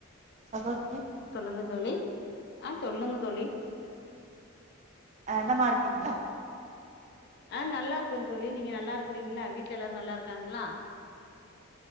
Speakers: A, on the right; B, on the left.
A: <unintelligible>
B: சொல்லுங்க தோழி அ சொல்லுங்க தோழி
A: ஏண்டமா இருக்கீங்களா
B: அ நல்லாருக்க தோழி நீங்க நல்லார்க்குறீங்ளா வீட்ல எல்லாரு நல்லார்க்காங்ளா